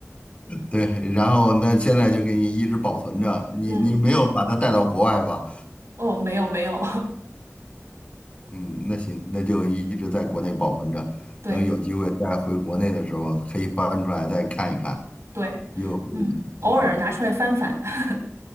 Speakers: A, on the left; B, on the right.
A: 对，然后那现在就给你一直保存着，你你没有把它带到国外吧？
B: 嗯，哦，没有没有，
A: 嗯，那行，那就一直在国内保存着，
B: <laughs> 对
A: 等有机会再回国内的时候，可以翻出来再看一看，
B: 对，
A: 又会，
B: 嗯，偶尔拿出来翻翻。
A: 嗯，
B: <laughs>